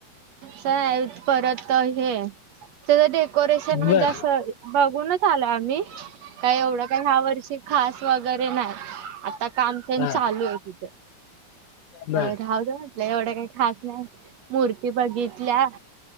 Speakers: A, on the right; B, on the left.
A: सय परत हे. त्याचं डेकोरेशन म्हणजे
B: बर
A: असं, बघूनच आलो आम्ही काय एवढं काही ह्या वर्षी‌ खास वगैरे नाही आता. काम पण
B: हा
A: चालू आहे तिथ
B: बर
A: राहू दे, म्हटलंय एवढं काही खास. नाही. मूर्ती बघितल्या,